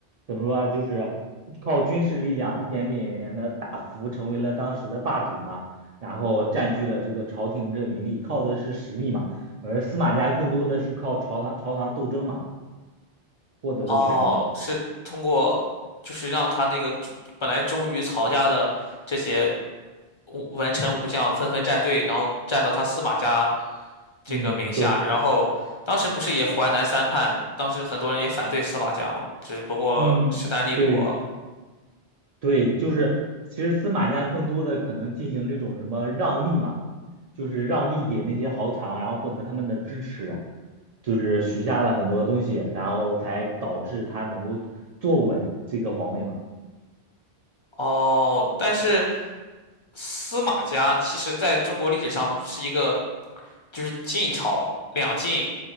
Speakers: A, on the right; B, on the left.
A: 怎么说啊就是靠军事力量一点点的大幅成为了当时的霸主嘛，然后占据了这个朝廷这个名利，靠的是实力嘛。而司马家更多的是靠朝堂朝堂斗争嘛获得的权利。
B: 哦，是通过就是让他那个本来忠于曹家的这些武文臣武将纷纷站队，然后站到他司马家这个名下，
A: 嗯，对，
B: 然后当时不是也淮南三叛，当时很多人也反对司马家嘛，只不过势单力薄。
A: 嗯，对对，就是其实司马家更多的可能进行这种什么让利嘛。就是让利给那些豪强，然后获得他们的支持，就是许下了很多东西，然后才导致他能够坐稳这个皇位嘛。
B: 哦，但是司马家其实在中国历史上是一个。就是晋朝两晋